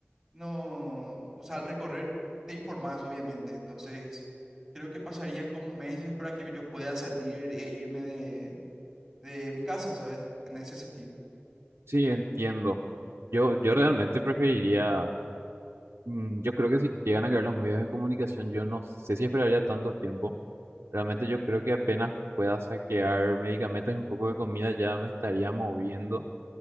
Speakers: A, in the centre; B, on the right.
A: no, o sea, al recorrer te informás, obviamente. Entonces, creo que pasarían como meses para que yo pueda salir e irme de, de mi casa, ¿sabes? En ese sentido.
B: Sí, entiendo. Yo, yo realmente preferiría, mm, yo creo que si llegan a caer los medios de comunicación, yo no sé si esperaría tanto tiempo. Realmente yo creo que apenas pueda saquear medicamentos y un poco de comida ya me estaría moviendo